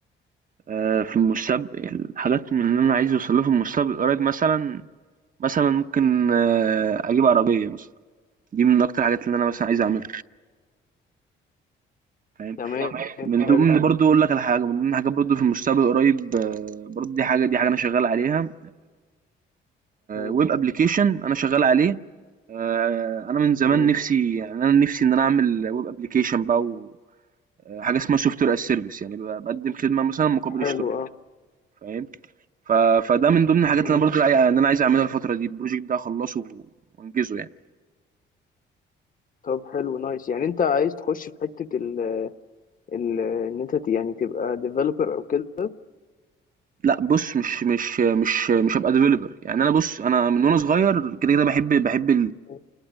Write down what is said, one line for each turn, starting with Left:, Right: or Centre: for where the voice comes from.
Right: آه، في المستقبل الحاجات من اللي أنا عايز أوصلها في المستقبل القريب مثلا مثلا ممكن آه، أجيب عربية مثلا دي من أكتر الحاجات اللي أنا مثلا عايز أعملها فاهم
Left: تمام
Right: تمام من
Left: حلو
Right: ضمن برضو أقول لك على حاجة من ضمن حاجات برضو في المستقبل القريب آه، برضو دي حاجة دي حاجة أنا شغال عليها
Left: مم.
Right: ويب أبلكيشن أنا شغال عليه آه، انا من زمان
Left: مم.
Right: نفسي يعني انا نفسي ان انا اعمل ويب ابلكيشن بقى آه، حاجه اسمها سوفت وير از سيرفيس يعني ببقى بقدم خدمه مثلا مقابل
Left: حلو
Right: اشتراك
Left: اه
Right: فاهم ف... فده من ضمن الحاجات
Left: مم.
Right: اللي انا برضو يعني انا عايز اعملها الفتره دي البروجكت ده اخلصه وانجزه يعني
Left: طب حلو نايس يعني انت عايز تخش في حتة ال ال ان انت ت- يعني تبقى ديفلوبر او كده
Right: لا بص مش مش مش مش هبقى ديفلوبر يعني انا بص انا من وانا صغير كده كده بحب بحب
Left: مم.